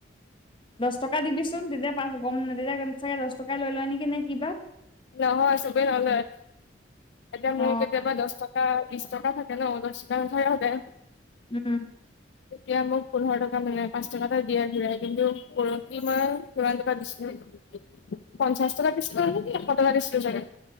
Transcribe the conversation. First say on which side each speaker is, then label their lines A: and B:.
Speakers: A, on the left (about 25°); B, on the left (about 70°).
A: দচ টকা দিবিচোন তেতিয়া পা গম তেতিয়া চাগে দচ টকাই লৈ লয় নেকি নে কিবা।
B: নহয় চবে নলয়, এতিয়া মোৰ
A: অ
B: কেতিয়াবা দচ টকা বিশ টকা থাক- কে ন দচটকা নাথাকে সদায়।
A: ওম'
B: <inaudible> তেতিয়া মোক পোন্ধৰ টকা মানে পাঁচ টকা এটা দিয়াৰ ঘূৰাই কিন্তু পৰহি মই কিমান টকা দিছিলো- পঞ্চাশ টকা দিছিল নেকি এশ টকা দিছিলো জানে